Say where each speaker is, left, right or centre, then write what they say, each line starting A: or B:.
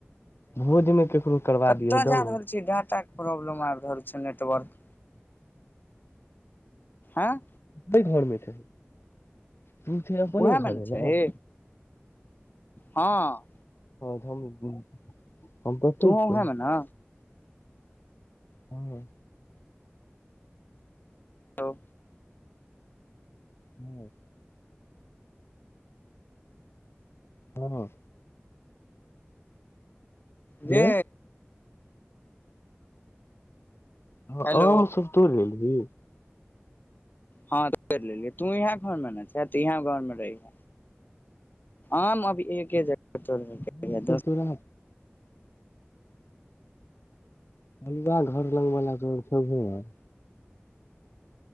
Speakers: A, on the left (about 65°); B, on the left (about 45°).
A: भोजमे केकरो करबा
B: कतय
A: दिहे डाउनलोड
B: जा रहल छियै डाटाके प्रॉब्लम आबि रहल छौ नेटवर्क आं
A: कोय घरमे छह तू छी अपने
B: उएह मे
A: घरमे
B: ने छै
A: न
B: हे हँ
A: <unintelligible> कतै
B: तूहो
A: छियै
B: वायहेमे न
A: ह
B: हेलो
A: हँ हँ हँ हेलो
B: जे
A: ह
B: हेलो
A: आमसभ तोरि लेलही
B: हँ त तोरि लेलियै तू एहाँ मे छै त यहाँ घर मे रही ह आम अभी एके जगह
A: आम सब
B: दस
A: तोरा
B: <unintelligible>
A: अलवा घर लगवला तो <unintelligible>